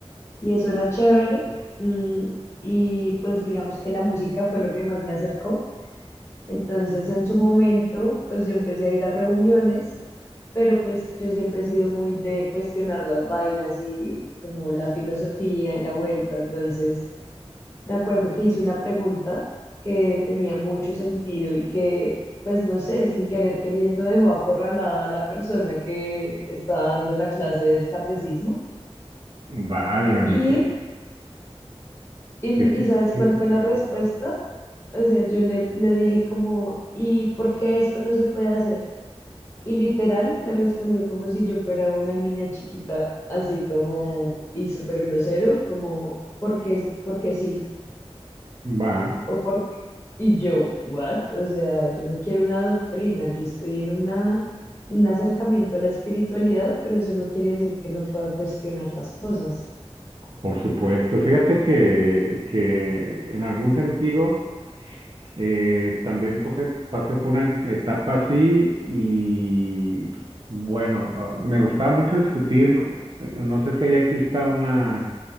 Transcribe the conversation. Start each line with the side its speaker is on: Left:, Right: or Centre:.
Left: Y eso era chévere. mm, y pues digamos que la música fue lo que más me acercó. Entonces, en su momento, pues yo empecé a ir a reuniones, pero pues yo siempre he sido muy de cuestionar las vainas y como la filosofía y la vuelta. Entonces, me acuerdo que hice una pregunta que tenía mucho sentido y que, pues no sé, sin querer queriendo dejó acorralada a la persona que estaba dando la clase del catecismo.
Right: Válgame,
Left: Y,
Right: que,
Left: y,
Right: que,
Left: y ¿sabes
Right: que-
Left: cuál
Right: que-
Left: fue la respuesta?
Right: que-
Left: O sea, yo le, le dije como, ¿y por qué esto no se puede hacer? Y literal me respondió como si yo fuera una niña chiquita, así como, y súper grosero, como, porque, porque sí,
Right: va,
Left: o porque, y yo, what? O sea, yo no quiero una doctrina, yo estoy en una, un acercamiento a la espiritualidad, pero eso no quiere decir que no pueda cuestionar las cosas.
Right: por supuesto. Fíjate que, que en algún sentido. Eh, también pasé, pasé por una etapa así y bueno, ah, me gustaba mucho discutir, eh, no sé si allá exista una